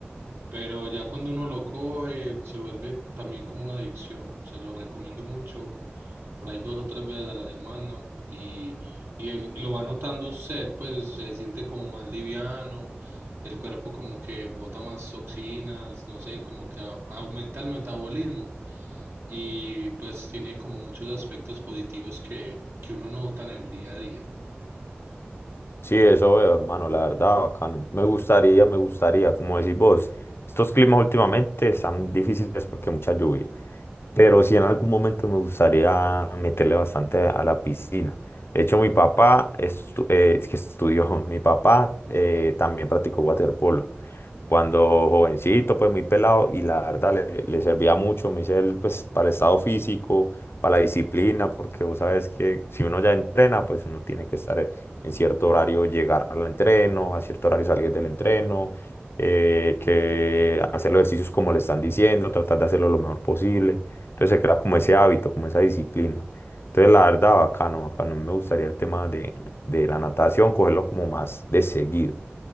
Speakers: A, on the right; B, on the left.
A: Pero ya cuando uno lo coge, se vuelve también como una adicción. Se lo recomiendo mucho por ahí dos o tres veces a la semana y, y él y lo va notando usted, pues se siente como más liviano, el cuerpo como que bota más toxinas, no sé, como que a- aumenta el metabolismo y pues tiene como muchos aspectos positivos que, que uno nota en el día a día.
B: Sí, eso veo, hermano, la verdad, bacano. Me gustaría, me gustaría, como decís vos, estos climas últimamente están difíciles porque mucha lluvia. Pero sí en algún momento me gustaría meterle bastante a la piscina. De hecho, mi papá estu- eh, es que estudió, <laughs> mi papá eh, también practicó waterpolo. Cuando jovencito, pues muy pelado, y la verdad le, le servía mucho, me dice él, pues para el estado físico, para la disciplina, porque vos sabes que si uno ya entrena, pues uno tiene que estar eh, en cierto horario, llegar al entreno, a cierto horario salir del entreno, eh, que hacer los ejercicios como le están diciendo, tratar de hacerlo lo mejor posible. Entonces se crea como ese hábito, como esa disciplina. Entonces la verdad, bacano, bacano. Me gustaría el tema de, de la natación, cogerlo como más de seguido.